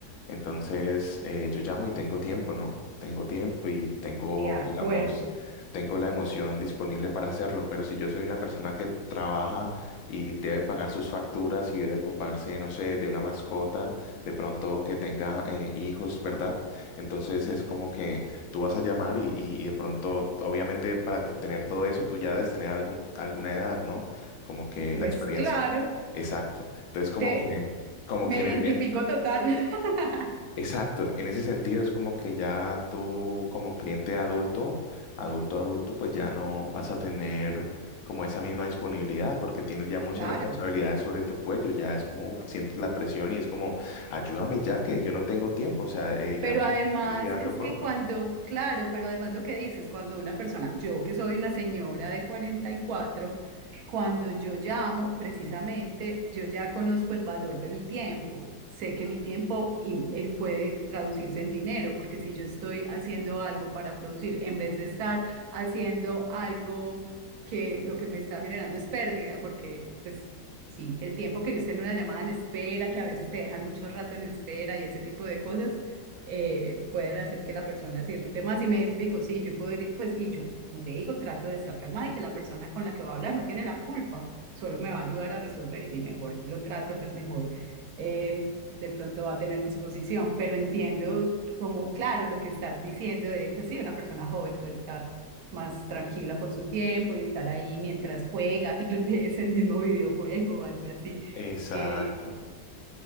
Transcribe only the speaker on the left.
entonces eh, yo llamo y tengo tiempo, ¿no? Tengo tiempo y tengo,
digamos, tengo la emoción disponible para hacerlo, pero si yo soy una persona que trabaja y debe pagar sus facturas y debe ocuparse, no sé, de una mascota, de pronto que tenga eh, hijos, ¿verdad? Entonces es como que Tú vas a llamar y, y- y de pronto, obviamente, para que tener todo eso, tú ya debes tener algún, alguna edad, ¿no? Como que
la experiencia.
Exacto. Entonces, como
que, como
que, en
e- en-
exacto, en ese sentido es como que ya tú como cliente adulto, adulto, adulto, pues ya no vas a tener como esa misma disponibilidad porque tienes ya muchas
responsabilidades sobre tu cuello, ya es como, uf, sientes la presión y es como, ayúdame ya que yo no tengo tiempo, o sea, eh, ya
me
estoy quedando
corto.
Exacto.